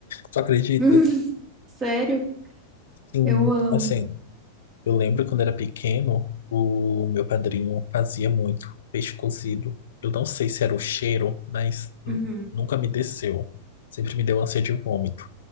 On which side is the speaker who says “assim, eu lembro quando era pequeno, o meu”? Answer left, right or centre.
Left